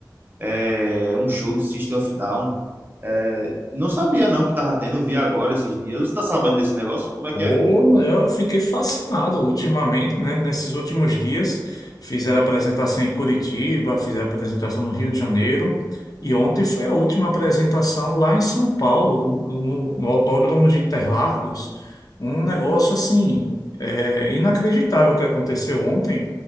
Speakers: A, on the right; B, on the left.
A: é um show de System of Down. É, não sabia não que tava tendo, eu vi agora esses dias. Você tá sabendo desse negócio? Como é
B: Pô,
A: que é?
B: Eu fiquei fascinado ultimamente, né? Nesses últimos dias, fizeram apresentação em Curitiba, fizeram apresentação no Rio de Janeiro, e ontem foi a última apresentação lá em São Paulo, no, no Autódromo de Interlagos. Um negócio assim, é, inacreditável que aconteceu ontem,